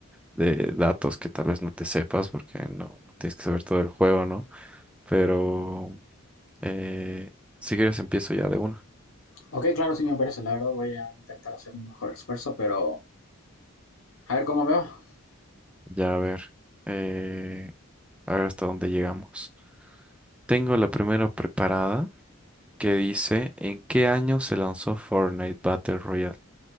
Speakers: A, in the centre; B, on the left (about 75°).
A: de datos que tal vez no te sepas porque no, no tienes que saber todo el juego, ¿no? Pero eh, si quieres empiezo ya de una.
B: Ok, claro, sí me parece. La verdad voy a intentar hacer mi mejor esfuerzo, pero a ver cómo me va.
A: Ya a ver, eh, a ver hasta dónde llegamos. Tengo la primera preparada que dice ¿En qué año se lanzó Fortnite Battle Royale?